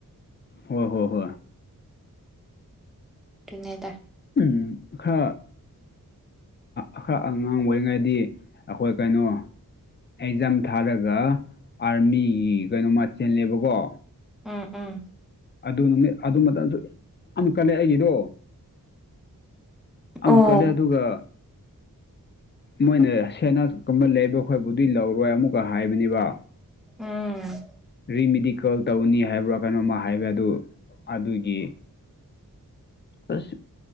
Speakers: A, on the left (about 30°); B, in the centre.
A: ꯍꯣꯏ ꯍꯣꯏ ꯍꯣꯏ
B: ꯇꯨꯅꯦ
A: ꯎꯝ ꯈꯔ ꯑꯈꯛ ꯑꯉꯥꯡ ꯑꯣꯏꯔꯤꯉꯩꯗꯤ ꯑꯩꯈꯣꯏ ꯀꯩꯅꯣ ꯑꯦꯛꯖꯥꯝ ꯊꯥꯔꯒ ꯑꯥꯔꯃꯤꯒꯤ ꯀꯩꯅꯣꯃ ꯆꯦꯜꯂꯦꯕꯀꯣ
B: ꯎꯝ ꯎꯝ
A: ꯑꯗꯨ ꯅꯨꯃꯤꯠ ꯑꯗꯨ ꯃꯇꯝꯁꯨ ꯌꯥꯝ ꯀꯜꯂꯦ ꯑꯩꯒꯤꯗꯣ ꯑꯃꯨꯛꯀꯜꯂꯦ
B: ꯑꯣ
A: ꯑꯗꯨꯒ ꯃꯣꯏꯅ ꯁꯦꯅꯥ ꯀꯕ ꯂꯩꯕ ꯈꯣꯏꯕꯨꯗꯤꯏ ꯂꯧꯔꯣꯏ ꯑꯃꯨꯛꯀ ꯍꯥꯏꯕꯅꯤꯕ
B: ꯎꯝ
A: ꯔꯤꯃꯦꯗꯤꯀꯜ ꯇꯧꯅꯤ ꯍꯥꯏꯕ꯭ꯔꯥ ꯀꯩꯅꯣꯝꯃ ꯍꯥꯏꯕꯥ ꯑꯗꯨ ꯑꯗꯨꯒꯤ ꯑꯁ